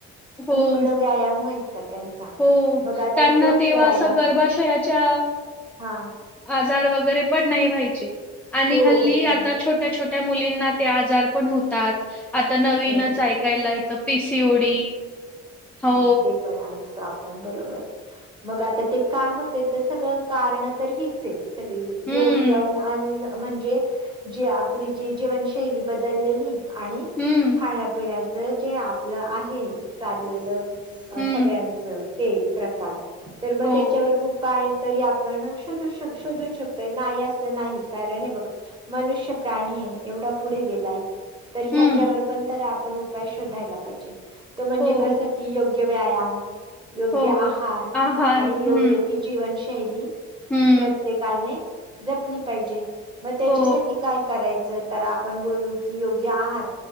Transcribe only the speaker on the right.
पूर्ण व्यायाम व त्यांचा
मग आता
तोच
व्यायाम
हा
हो
हो
हो
ते पण ऐकतो आपण बरोबर मग आता ते काय होतय तर सगळं कारण तर हिच सगळी
येऊन जाऊन अन् म्हणजे जी आपली जी जीवनशैली बदललेली आणि
खाण्यापिण्याच जे आपलं आहे चाललेलं
सगळ्यांच ते प्रकार तर मग
त्याच्यावर उपाय तरी आपण शोधू शोधू शकतो नाही असं नाही कारण हे बघ मनुष्य प्राणी एवढा पुढे गेलाय तर ह्याच्यावर
पण आपण उपाय शोधायला पाहिजे तो म्हणजे
कस की योग्य व्यायाम योग्य
आहार
आणि योग्य
ती जीवन शैली
प्रत्येकाने जपली पाहिजे मग त्याच्यासाठी
काय करायच तर आपण बोलू की योग्य आहार